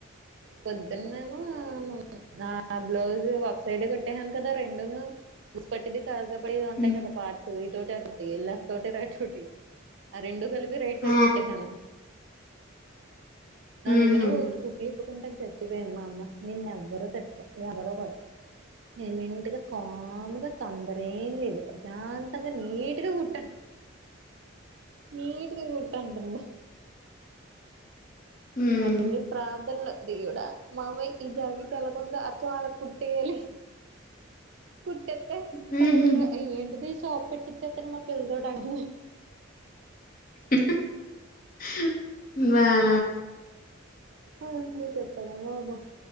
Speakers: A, on the right; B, on the left.
A: పొద్దున్న <unintelligible> ఆ బ్లౌజ్ అప్ సైడ్ కొట్టా <inaudible> కదా రెండును సిపట్టింది కాజా పై ఉంటాయి
B: హ్మ్.
A: కదా పార్ట్స్ <unintelligible> లెఫ్ట్ ఓటి రైట్ ఓటి <unintelligible> ఆ రెండు కలిపి ఈ రైట్
B: ఆ!
A: సైడ్ కుట్టేహాను
B: హుహు.
A: అందుగ ను ఒకట్ కుట్లు ఇప్ తుకుంటకి చచ్చిపోయింది మా అమ్మ నిన్ ఎవ్వరు తిట్టరు ఎవరు కొట్రు సైలెంట్ గా కాముగా తొందర ఏం లేదు ప్రశాంతంగా నీట్గా కుట్టండి నీట్ గా కూట్టాంటున్న
B: హ్మ్.
A: మళ్ళీ ప్రార్థన్ దేవుడా మామయ్ ఈ జాకీట్ ఎలగ్ ఉందో అచ్చం అలగ్ కుట్టేయాలి కుట్టెత్తే
B: హుహు.
A: టైలర్ అ ఏంటిది షాప్ పెట్టిచ్చెత్తను మా పిల్తోట్ అంటుంది
B: <unintelligible> వావ్
A: ఆ అండి చెప్పలేం బాబు